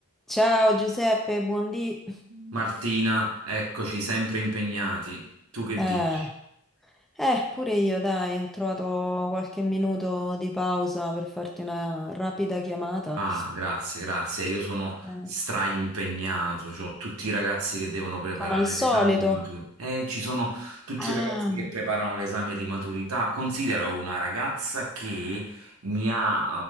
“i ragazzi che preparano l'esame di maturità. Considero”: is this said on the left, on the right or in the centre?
Right